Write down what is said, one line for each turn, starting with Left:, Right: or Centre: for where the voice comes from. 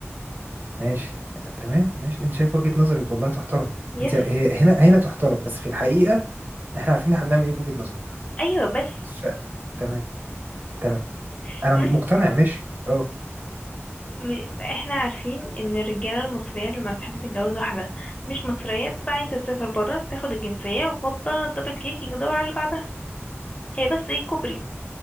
Right: ماشي تمام ماشي انت شايف وجهة نظرك والله تحترم
Left: يس
Right: انت هي هنا هنا تحترم بس في الحقيقة احنا عارفين احنا بنعمل ايه في وجهة نظرك
Left: ايوه بس
Right: ف... تمام تمام
Left: <laughs>
Right: انا
Left: بس
Right: مقتنع ماشي اه
Left: م- احنا عارفين ان الرجاله المصريه لما بتحب تتجوز واحده مش مصريه بتبقى عايزه تسافر بره تاخد الجنسيه وهوبا دبل كيك يجي يدور على اللي بعدها هي بس ايه كوبري